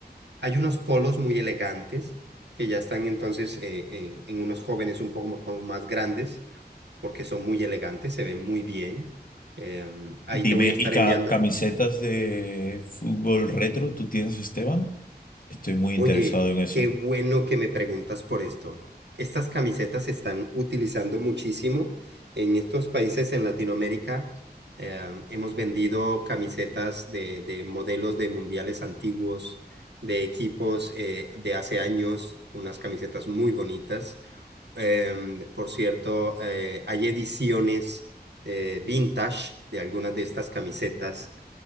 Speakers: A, on the right; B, on the left.
A: Hay unos polos muy elegantes que ya están entonces eh, en, en unos jóvenes un poco como más grandes porque son muy elegantes, se ven muy bien. Em, ahí
B: Dime,
A: te voy a estar
B: ¿y ca-
A: enviando.
B: camisetas de fútbol retro tú tienes, Esteban? Estoy muy
A: Oye,
B: interesado en eso.
A: qué bueno que me preguntas por esto. Estas camisetas se están utilizando muchísimo en estos países en Latinoamérica. eh, hemos vendido camisetas de, de modelos de mundiales antiguos, de equipos eh, de hace años, unas camisetas muy bonitas. Em, por cierto, eh, hay ediciones eh, vintage de algunas de estas camisetas